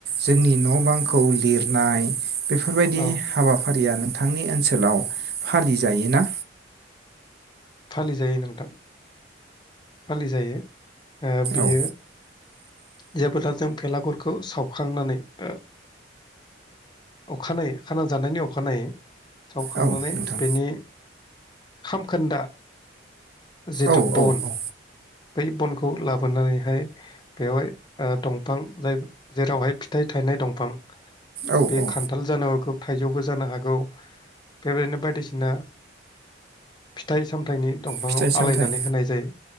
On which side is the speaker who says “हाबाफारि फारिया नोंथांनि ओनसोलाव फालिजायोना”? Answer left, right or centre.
Right